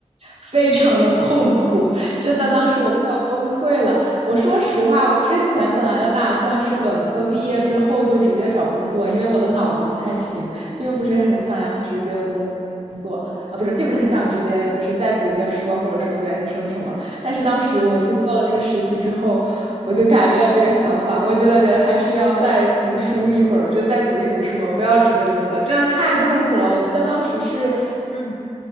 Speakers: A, on the right; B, on the left.
A: 非常的痛苦，真的，
B: 嗯
A: 当时我快要崩溃了。我说实话，
B: 嗯
A: 我之前本来的打算是本科毕业之后就直接找工作，因为我的脑子不太行，并不是很想要直接工
B: 嗯
A: 啊，不是，并不是很想直接就是再读一个书啊，或者说读研究生什么。但是当时我去做了那个实习之后，
B: 嗯嗯
A: 我就改变了这个想法。我觉得人还是要再读书一会儿，就再读一读书吧，不要直接工作，真的太痛苦了。我记得当时是
B: 嗯嗯，嗯